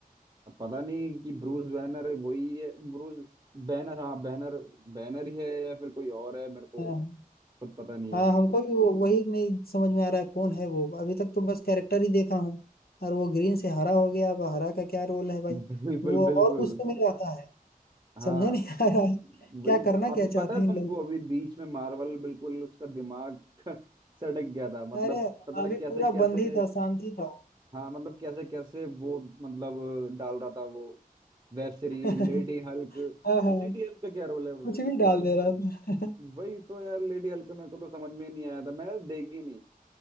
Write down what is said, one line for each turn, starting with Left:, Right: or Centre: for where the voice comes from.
Right: अब पता नहीं कि ब्रूस बैनर है वही है ब्रूस बैनर हाँ बैनर बैनर ही है या फिर कोई और है मेरे को
Left: हाँ
Right: खुद पता नहीं
Left: हाँ
Right: है
Left: हमको भी वो वही नहीं समझ में आ रहा है कौन है वो अभी तक तो बस कैरेक्टर ही देखा हूँ और वो ग्रीन से हरा हो गया अब हरा का क्या रोल है भाई
Right: बिल्कुल
Left: वो और
Right: बिल्कुल
Left: गुस्से में रहता है
Right: हाँ
Left: समझा नहीं आ रहा है
Right: वही
Left: क्या करना क्या
Right: अभी
Left: चाहते
Right: पता है
Left: हैं
Right: तुमको
Left: इन लोग
Right: अभी बीच में मार्वल बिल्कुल उसका दिमाग <laughs> सटक गया था मतलब
Left: अरे
Right: पता ना
Left: अभी
Right: कैसे
Left: पूरा
Right: कैसे
Left: बंद ही था शांति था वो।
Right: हाँ मतलब कैसे कैसे वो मतलब डाल रहा था वो web series
Left: <laughs>
Right: lady Hulk
Left: हाँ हाँ
Right: lady Hulk का क्या रोल है वो?
Left: कुछ भी डाल दे रहा था <laughs>
Right: वही तो यार लेडी हल्क मेरे को तो समझ में नहीं आया था मैंने देखी नहीं